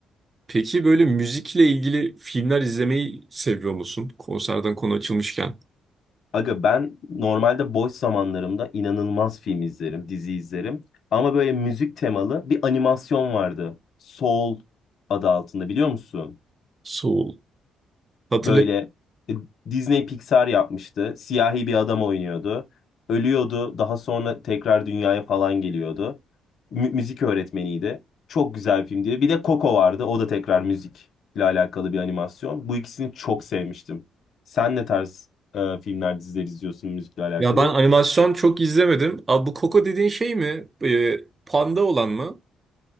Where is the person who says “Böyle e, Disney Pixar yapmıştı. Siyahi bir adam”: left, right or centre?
Left